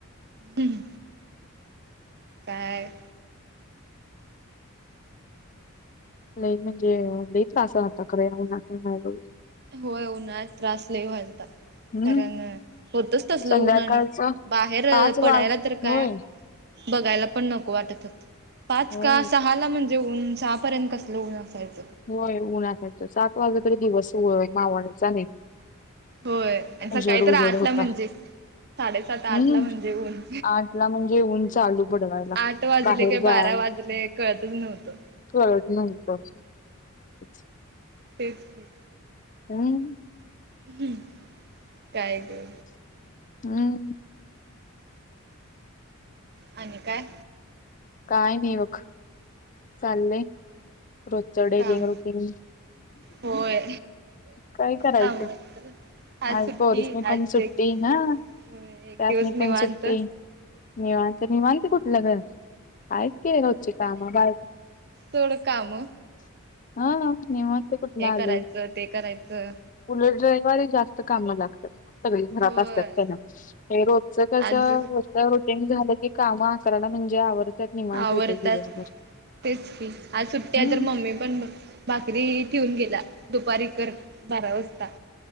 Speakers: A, on the right (about 50°); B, on the left (about 40°).
A: ह्. काय-
B: लई म्हणजे लई त्रास होतो <unintelligible>
A: होय उन्हाळ्यात त्रास लई व्हायलाता.
B: हम्म
A: कारण होतच तसल
B: संध्याकाळचं
A: उन आणि बाहेर
B: पाच
A: पडायला
B: वाज
A: तर काय-
B: होय
A: बघायला पण नको वाटत. पाच
B: होय
A: का सहा ला म्हणजे ऊन सहा पर्यंत कसलं ऊन- असायचं.
B: होय उनायच सात वाजला तरी दिवस हो मावळाय चा नाही.
A: होय आणि सकाळी
B: उजेड उजेड
A: तर आठला
B: होता
A: म्हणजे- साडेसात
B: हम्म
A: आठ ला म्हणजे ऊन.
B: आठला म्हणजे ऊन चालू पडवायला
A: आठ वाजले
B: बाहेर
A: की
B: जायला
A: बारा- वाजले कळतच नव्हतं.
B: कळत नव्हतं. <unintelligible>
A: तेच की.
B: हम्.
A: ह् काय ग.
B: हम्.
A: आणि काय.
B: काय नाही बघ चाललंय रोजच्यावडे
A: काम
B: लिंग रज.
A: होय
B: काय करायचं
A: आम्हाला तर
B: आज
A: सुट्टी
B: पोरीस मी
A: आज
B: पण सुटते.
A: एक
B: ना
A: एक
B: त्यात
A: दिवस
B: नि
A: निवांत
B: पण सुट्टी निवत निवालते कुठ. लगर काच ग होोचे काम बा.
A: थोडं काम.
B: हा नि. कुठ
A: हे
B: आलं
A: करायचं ते करायचं
B: उल ड्रावर जास्त काम लागत. सगळी घरात
A: होय
B: असतात त्यांना हे रोजच कस
A: आज
B: रोज रज ते झालं की काम आकारयला म्हणजे आवर्तत निमाणस
A: आवरतात
B: हो दिवसभर.
A: तेच की आज सुट्टी
B: हम्म
A: तर मम्मी पण भाकरी ठेऊन गेला. दुपारी कर बारा वाजता.